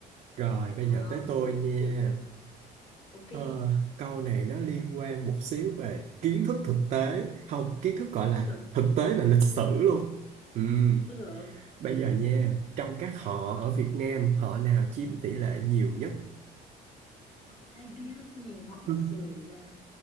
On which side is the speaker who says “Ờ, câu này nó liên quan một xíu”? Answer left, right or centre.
Right